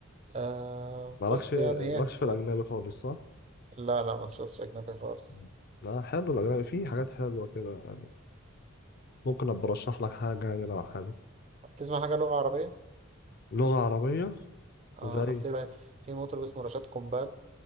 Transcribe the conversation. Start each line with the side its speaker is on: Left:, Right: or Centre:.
Right: آه،
Left: مالكش
Right: بس يعني هي
Left: مالكش في الأجنبي خالص صح؟
Right: لا لا ما تشوفش أجنبي خالص
Left: مم. لا حلو الأجنبي فيه حاجات حلوة كده يعني ممكن أبقى أرشح لك حاجة يعني لو حابب
Right: بتسمع حاجة لغة عربية؟
Left: لغة عربية
Right: آه،
Left: زي
Right: في في مطرب اسمه رشاد قنبال